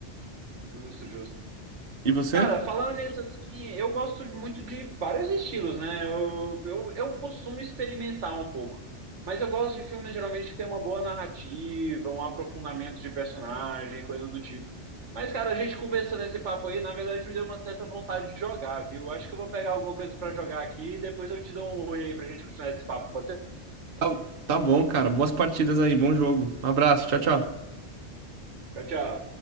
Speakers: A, on the right; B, on the right.
A: justo, justo.
B: E você?
A: Cara, falando nisso, assim, eu gosto muito de vários estilos, né? Eu, eu, eu costumo experimentar um pouco. Mas eu gosto de filmes, geralmente, que tem uma boa narrativa, um aprofundamento de personagem, coisa do tipo. Mas, cara, a gente conversando esse papo aí, na verdade, me deu uma certa vontade de jogar, viu? Acho que eu vou pegar alguma coisa pra jogar aqui e depois eu te dou um oi aí pra gente continuar esse papo, pode ser?
B: Tá, tá bom, cara. Boas partidas aí, bom jogo. Um abraço, tchau, tchau.
A: Tchau, tchau.